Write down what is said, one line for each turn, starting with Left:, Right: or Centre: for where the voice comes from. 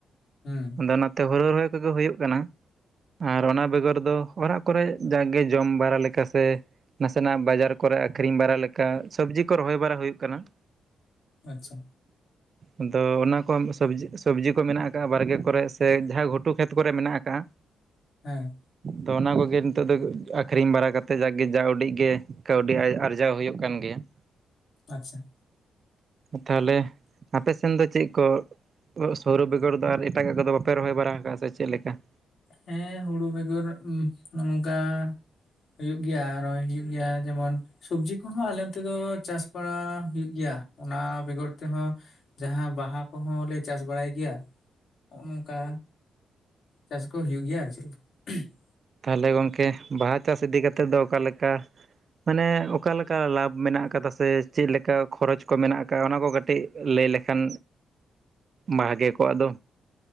Left: ᱦᱩᱸ
Right: ᱟᱫᱚ, ᱚᱱᱟᱛᱮ, ᱦᱩᱲᱩ ᱨᱦᱚᱭ ᱠᱚᱜᱮ, ᱦᱩᱭᱩᱜ ᱠᱟᱱᱟ, ᱟᱨ ᱚᱱᱟ, ᱵᱮᱜᱚᱨ ᱫᱚ ᱚᱨᱟᱜ ᱠᱚᱨᱮ, ᱡᱟᱜᱽ ᱜᱮ, ᱡᱚᱢ ᱵᱟᱨᱟ, ᱞᱮᱠᱟ ᱥᱮ ᱱᱟᱥᱮᱱᱟᱜ ᱵᱟᱡᱟᱨ ᱠᱚᱨᱮ, ᱟᱹᱠᱷᱨᱤᱧ ᱵᱟᱨᱟ ᱞᱮᱠᱟ, ᱥᱚᱵᱡᱤ ᱠᱚ ᱨᱚᱦᱚᱭ ᱵᱟᱨᱟ, ᱦᱩᱭᱩᱜ ᱠᱟᱱᱟ ᱾
Left: ᱟᱪᱪᱷᱟ ᱾
Right: ᱟᱫᱚ, ᱚᱱᱟ ᱠᱚ ᱥᱚᱵᱡᱤ, ᱥᱚᱵᱡᱤ ᱠᱚ, ᱢᱮᱱᱟᱜ ᱟᱠᱟᱜᱼᱟ, ᱵᱟᱲᱜᱮ ᱠᱚᱨᱮ ᱥᱮ, ᱡᱟᱦᱟᱸ ᱜᱷᱩᱴᱩ ᱠᱷᱮᱛ ᱠᱚᱨᱮ, ᱢᱮᱱᱟᱜ ᱟᱠᱟᱜᱼᱟ ᱾
Left: ᱦᱮᱸᱻ ᱾
Right: ᱛᱚ, ᱚᱱᱟ ᱠᱚᱜᱮ, ᱱᱤᱛᱚᱜᱜ ᱫᱚ, ᱟᱠᱷᱨᱤᱧ ᱵᱟᱨᱟ ᱠᱟᱛᱮᱫ, ᱡᱟᱜᱮ, ᱡᱟ ᱩᱰᱤᱡ ᱜᱮ ᱠᱟᱹᱣᱰᱤ, ᱟᱨᱡᱟᱣ ᱦᱩᱭᱩᱜ ᱠᱟᱱ ᱜᱮᱭᱟ ᱾
Left: ᱟᱪᱪᱷᱟ ᱾
Right: ᱛᱟᱦᱚᱞᱮ, ᱟᱯᱮ ᱥᱮᱱ ᱫᱚ, ᱪᱮᱫ ᱠᱚ? ᱚ ᱥᱟᱣᱨᱩ ᱵᱮᱜᱚᱨ ᱫᱚ, ᱟᱨ ᱮᱴᱟᱜ ᱜᱟᱜ ᱠᱚᱫᱚ, ᱵᱟᱯᱮ ᱨᱚᱦᱚᱭ ᱵᱟᱲᱟ ᱟᱠᱟᱫᱼᱟ, ᱥᱮ ᱪᱮᱫ ᱞᱮᱠᱟ ᱾
Left: ᱦᱮᱸᱻ, ᱦᱩᱲᱩ ᱵᱮᱜᱚᱨ, ᱩᱸᱜ ᱱᱚᱝᱠᱟ ᱦᱩᱭᱩᱜ ᱜᱮᱭᱟ, ᱟᱨᱚ ᱦᱩᱭᱩᱜ ᱜᱮᱭᱟ, ᱡᱮᱢᱚᱱ ᱥᱚᱵᱽᱡᱤ ᱠᱚᱦᱚᱸ, ᱟᱞᱮ ᱚᱱᱛᱮ ᱫᱚ, ᱪᱟᱥ ᱵᱟᱲᱟ ᱦᱩᱭᱩᱜ ᱜᱮᱭᱟ ᱾ ᱚᱱᱟ ᱵᱮᱜᱚᱨ ᱛᱮᱦᱚᱸ, ᱡᱟᱦᱟᱸ ᱵᱟᱦᱟ ᱠᱚᱦᱚᱸ ᱞᱮ, ᱪᱟᱥ ᱵᱟᱲᱟᱭ ᱜᱮᱭᱟ, ᱱᱚᱜ ᱱᱚᱝᱠᱟ ᱪᱟᱥ ᱠᱚ, ᱦᱩᱭᱩᱜ ᱜᱮᱭᱟ ᱾ ᱟᱨ ᱪᱮᱫ ᱞᱮᱠᱟ? ᱠᱷ-ᱩᱸᱷ-ᱦ ᱾
Right: ᱛᱟᱦᱚᱞᱮ ᱜᱚᱝᱠᱮ, ᱵᱟᱦᱟ ᱪᱟᱥ ᱤᱫᱤ ᱠᱟᱛᱮᱫ ᱫᱚ, ᱚᱠᱟᱞ ᱞᱮᱠᱟ? ᱢᱟᱱᱮ, ᱚᱠᱟᱞᱮ ᱞᱮᱠᱟ, ᱞᱟᱵᱷ ᱢᱮᱱᱟᱜ ᱟᱠᱟᱫᱟ, ᱥᱮ, ᱪᱮᱫ ᱞᱮᱠᱟ ᱠᱷᱚᱨᱚᱪ ᱠᱚ, ᱢᱮᱱᱟᱜ ᱟᱠᱟᱫ, ᱚᱱᱟ ᱠᱚ, ᱠᱟᱹᱴᱤᱡ ᱞᱟᱹᱭ ᱞᱮᱠᱷᱟᱱ ᱵᱷᱟᱜᱮ ᱠᱚᱣᱟᱜ ᱫᱚ